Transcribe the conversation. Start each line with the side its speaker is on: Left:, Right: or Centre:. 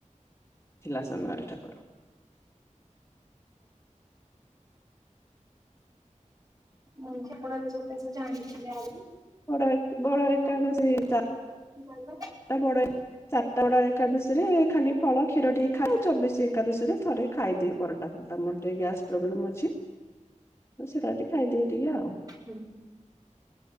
Left: ଥିଲା ସମୟରେ ଠାକୁର।
Right: ମୁଁ ଯେ ଆପଣ ଏତେ ସବୁ ଜିନ୍ସ ଜାଣିଥିଲେ <unintelligible>
Left: ବଡ ଏକ ବଡ ଏକାଦଶୀ
Right: ଆପଣ
Left: ଚା
Right: <unintelligible>
Left: ଏଟା ବଡ ଚାରଟା ବଡ ଏକାଦଶୀରେ ଖାଲି ଫଳ, କ୍ଷୀର ଟିକେ ଖାଏ ଚବିଶି ଏକାଦଶୀ ରେ ଥରେ ଖାଇଦିଏ ପର ତାପରେ ତ ମୋର ଟିକେ ଗ୍ୟାସ୍ ପ୍ରୋବ୍ଲେମ ଅଛି। ତ ସେଇଟା ଟିକେ ଖାଇଦିଏ ଟିକେ ଆଉ।
Right: ହୁଁ।